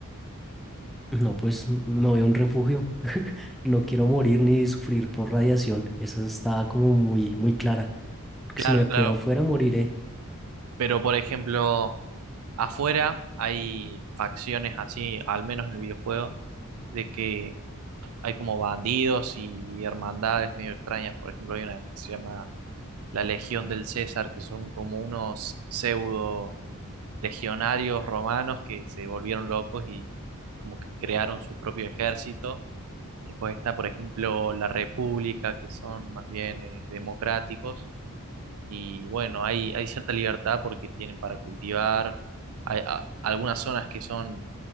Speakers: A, in the centre; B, on the right (about 75°).
A: No, pues me voy a un refugio. <laughs> No quiero morir ni sufrir por radiación. Esa está como muy, muy clara. Porque
B: Claro,
A: si me
B: claro,
A: quedo afuera, moriré.
B: pero por ejemplo, afuera hay facciones así, al menos en el videojuego, de que hay como bandidos y hermandades medio extrañas. Por ejemplo, hay una que se llama la Legión del César, que son como unos pseudo legionarios romanos que se volvieron locos y como que crearon su propio ejército. Después está, por ejemplo, la República, que son más bien eh, democráticos. Y bueno, hay, hay cierta libertad porque tienen para cultivar. Hay a- algunas zonas que son,